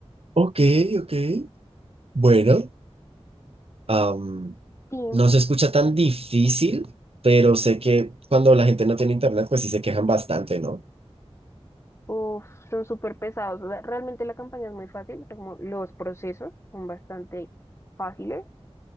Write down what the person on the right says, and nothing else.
Ok, ok. Bueno, am,
no se escucha tan difícil, pero sé que cuando la gente no tiene internet, pues sí se quejan bastante, ¿no?